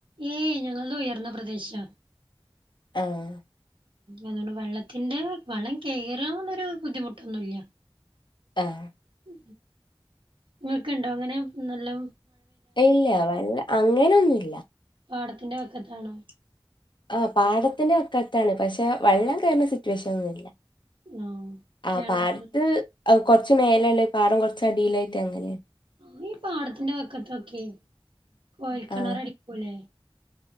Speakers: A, on the right; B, on the left.
A: ഏയ് ഞങ്ങളത് ഉയർന്ന പ്രദേശാ.
B: ആഹ്
A: അതുകൊണ്ട് വെള്ളത്തിന്റെ വള്ളം കയറന്നൊരു ബുദ്ധിമുട്ടൊന്നുല്ല.
B: ആഹ്
A: ഉ നിങ്ങക്ക്ണ്ടോ അങ്ങനെ നല്ലം.
B: ഇല്ല വൈള അങ്ങനൊന്നുല്ല.
A: പാടത്തിന്റെ പക്കത്താണോ?
B: ആ പാടത്തിന്റെ പക്കത്താണ് പക്ഷെ വെള്ളം കയറുന്ന സിറ്റുവേഷൻ ഒന്നുംമില്ല.
A: ആഹ്
B: ആ
A: കിണറ്
B: പാടത്ത്. കുറച്ച് മേല ഉളള പാടം കുറച്ച് അടിയിലായിട്ട് അങ്ങനെയാണ്.
A: ആ ഈ പാടത്തിന്റെ പക്കത്തൊക്കെ കോയൽക്കിണ്ണർ
B: ആ
A: അടിക്കൂലേ?